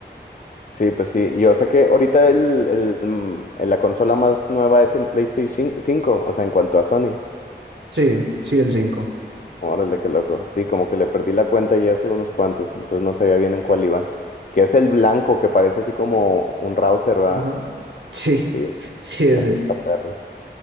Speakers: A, on the left; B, on the right.
A: Sí, pues sí. Yo sé que ahorita el, el, mm, la consola más nueva es el PlayStation cinco, o sea, en cuanto a Sony.
B: Sí, sí, el cinco
A: Órale, qué loco. Sí, como que le perdí la cuenta ya hace unos cuantos, entonces no sabía bien en cuál iban. Que es el blanco, que parece así como un router, ¿va?
B: Ajá. Sí,
A: Sí,
B: <laughs> sí, ese.
A: ese está perro.